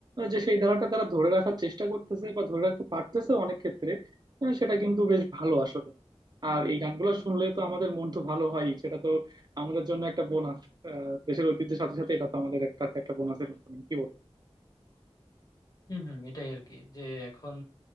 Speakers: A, on the right; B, on the left.
A: যে সেই ধারাটা তারা ধরে রাখার চেষ্টা করতেছে বা ধরে রাখতে পারতেছে অনেক ক্ষেত্রে আহ, সেটা কিন্তু বেশ ভালো আসলে আর এই গানগুলো শুনলে তো আমাদের মন তো ভালো হয় সেটা তো আমাদের জন্য একটা বোনাস দেশের ঐতিহ্যের সাথে সাথে এটা তো আমাদের একটা একটা বোনাসের মতন কি বল
B: হম হম এটাই আর কি যে এখন